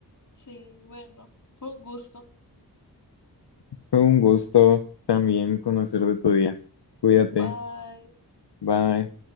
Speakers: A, on the left; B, on the left.
A: Sí, bueno, fue un gusto.
B: Fue un gusto también conocer de tu día. Cuídate.
A: Bye.
B: Bye.